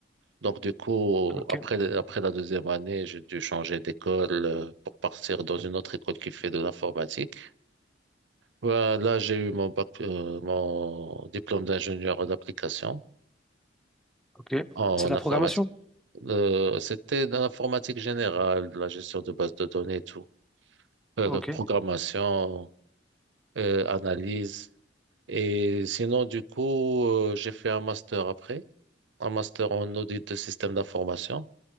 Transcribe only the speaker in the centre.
Ok,
ok.
C'est de la
programmation?
Ok.